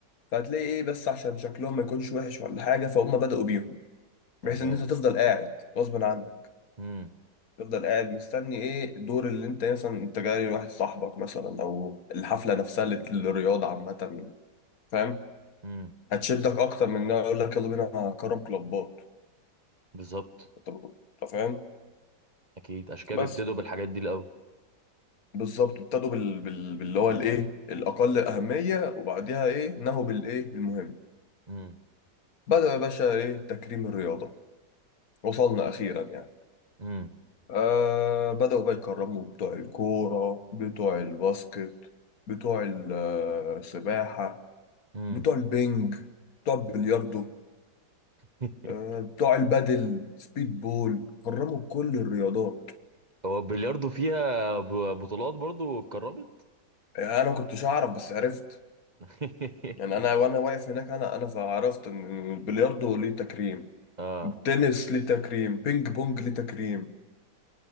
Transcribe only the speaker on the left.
فهتلاقي ايه بس عشان شكلهم ما يكونش وحش ولا حاجة فهم بدأوا بيهم
بحيث ان انت تفضل قاعد غصب عنك
تفضل قاعد مستني ايه الدور اللي انت مثلا انت جاي لواحد صاحبك مثلا او الحفله نفسها اللي للرياضه عامه فاهم
هتشدك اكتر من انها يقول لك يلا بينا كرم كلوبات
انت أنت فاهم
بس
بالظبط ابتدوا بال... بال... باللي هو الايه الاقل اهميه وبعديها ايه نهوا بالايه المهم
بدأ يا باشا ايه تكريم الرياضه وصلنا اخيرا يعني
آه بدأوا بقى يكرموا بتوع الكورة بتوع الباسكت بتوع ال- آه، السباحة
بتوع البنج بتوع البلياردو
آه بتوع البادل سبيد بول كرموا كل الرياضات
آه، أنا ما كنتش أعرف بس عرفت
يعني أنا وأنا واقف هناك أنا أنا فعرفت إن البلياردو ليه تكريم
التنس ليه تكريم بينج بونج ليه تكريم